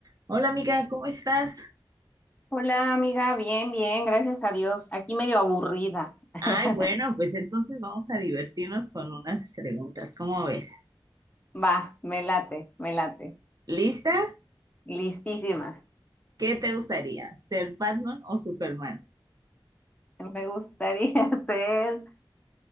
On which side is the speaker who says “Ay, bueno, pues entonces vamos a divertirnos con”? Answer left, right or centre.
Right